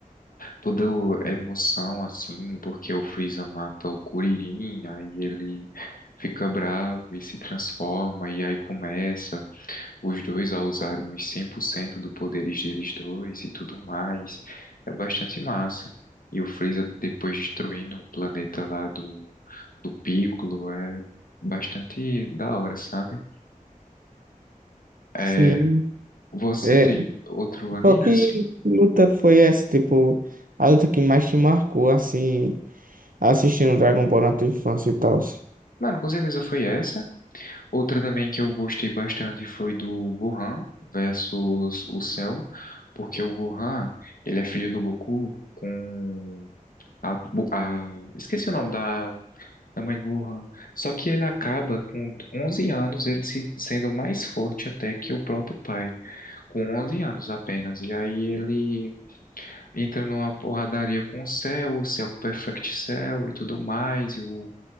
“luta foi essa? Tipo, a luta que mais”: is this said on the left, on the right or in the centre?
Right